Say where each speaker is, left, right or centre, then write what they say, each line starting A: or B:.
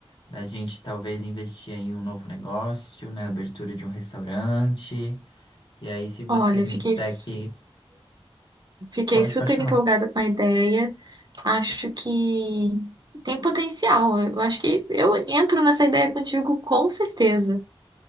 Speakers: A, on the left; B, on the right.
A: da gente talvez investir em um novo negócio, na abertura de um restaurante. E aí, se você
B: Olha,
A: me
B: fiquei,
A: disser
B: su-
A: que.
B: fiquei
A: Pode,
B: super
A: pode falar.
B: empolgada com a ideia. Acho que tem potencial. Eu acho que eu entro nessa ideia contigo com certeza.